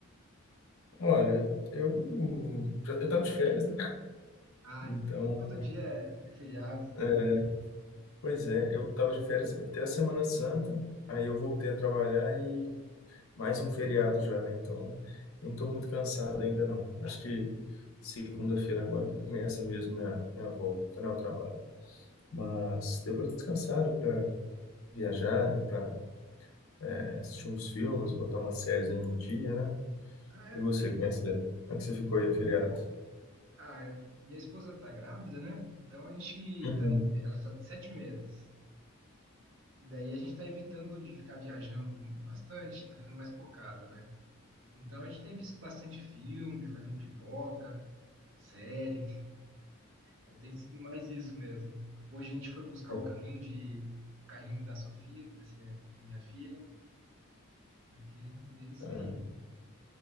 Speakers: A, on the left (about 80°); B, on the right (about 60°).
A: Olha, eu, já- eu tava de férias, né?
B: Ah,
A: Então,
B: então todo dia é, é feriado.
A: é, pois
B: Hum.
A: é, eu tava de férias até a Semana Santa, aí eu voltei a trabalhar e mais um feriado já, né? Então, nem tô muito cansado ainda não. Acho que segunda-feira agora que começa mesmo minha, minha volta, né, ao trabalho. Mas deu para descansar, viajar, deu pra é, assistir uns filmes, botar umas séries aí em dia, né?
B: Ah,
A: E
B: é
A: você,
B: que...
A: como é que você, como é que você ficou aí no feriado?
B: ah, é- minha esposa tá grávida, né? Então a gente
A: Uhum.
B: tá. Ela está de sete meses. E daí a gente tá evitando de ficar viajando bastante, tá ficando mais por casa, né? Então a gente tem visto bastante filme, fazendo pipoca, série. É, tem sido mais isso mesmo. Hoje a gente foi buscar
A: Já
B: o carrinho de o carrinho da Sofia, que vai ser minha filha, aqui, e é isso
A: tá
B: aí.